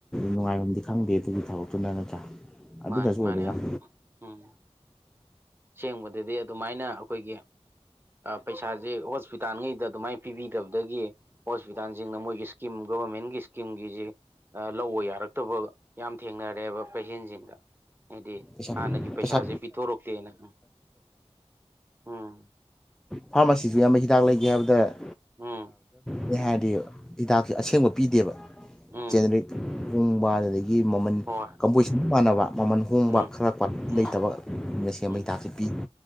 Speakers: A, in the centre; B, on the right (about 20°).
A: ꯅꯨꯡꯉꯥꯏꯐꯝꯗꯤ ꯈꯪꯗꯦ ꯑꯗꯨꯒꯤ ꯊꯕꯛꯇꯨꯅ ꯅꯠꯇ꯭ꯔꯥ ꯑꯗꯨꯅꯁꯨ
B: ꯃꯥꯅꯦ ꯃꯥꯅꯦ
A: ꯑꯣꯏꯕꯖꯥꯠ
B: ꯎꯝ ꯁꯦꯡꯕꯗꯗꯤ ꯑꯗꯨꯃꯥꯏꯅ ꯑꯩꯈꯣꯏꯒꯤ ꯄꯩꯁꯥꯁꯦ ꯍꯣꯁꯄꯤꯇꯥꯜꯉꯩꯗ ꯑꯗꯨꯃꯥꯏꯅ ꯄꯤꯕꯤꯗꯕꯗꯒꯤ ꯍꯣꯁꯄꯤꯇꯥꯜꯁꯤꯡꯅ ꯃꯣꯏꯒꯤ ꯏꯁꯀꯤꯝ ꯒꯣꯕꯔꯃꯦꯟꯒꯤ ꯏꯁꯀꯤꯝꯒꯤꯁꯤꯦ ꯂꯧꯕ ꯌꯥꯔꯛꯇꯕꯒ ꯌꯥꯝ ꯊꯦꯡꯅꯔꯦꯕ ꯄꯦꯁꯦꯟꯁꯤꯡꯗ ꯍꯥꯏꯗꯤ
A: ꯄꯩꯁꯥ
B: ꯍꯥꯟꯅꯒꯤ ꯄꯩꯁꯥꯁꯦ
A: ꯄꯩꯁꯥ
B: ꯄꯤꯊꯣꯔꯛꯇꯦꯅ ꯎꯝ
A: ꯐꯥꯔꯃꯥꯁꯤꯁꯨ ꯌꯥꯝꯕ ꯍꯤꯗꯥꯛ ꯂꯩꯒꯦ ꯍꯥꯏꯕꯗ
B: ꯎꯝ ꯎꯝ
A: ꯃꯤꯅꯤ ꯍꯥꯏꯔꯗꯤ ꯍꯤꯗꯥꯛꯁ ꯑꯁꯦꯡꯕ ꯄꯤꯗꯦꯕꯔꯤꯛ
B: ꯎꯝ
A: ꯍꯣꯡꯕ ꯑꯗꯨꯗꯒꯤ ꯃꯃꯜ
B: ꯍꯣꯏ
A: ꯀꯝꯄꯣꯖꯤꯁꯟ ꯃꯥꯟꯅꯕ ꯃꯃꯜ ꯍꯣꯡꯕ
B: ꯎꯝ
A: ꯈꯔꯛ ꯄ
B: ꯎꯝ
A: ꯂꯩꯇꯕꯅ ꯁꯦꯝꯕ
B: ꯎꯝ
A: ꯍꯩꯗꯥꯛꯁꯤꯦ ꯄꯤ